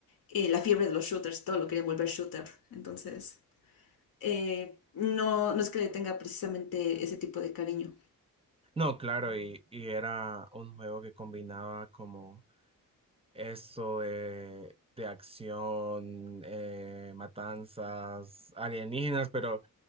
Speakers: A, on the left; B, on the right.
A: eh, la fiebre de los shooters, todo lo quería volver shooter. Entonces, eh, no, no es que le tenga precisamente ese tipo de cariño.
B: No, claro, y, y era un juego que combinaba como esto de, de acción, eh, matanzas, alienígenas, pero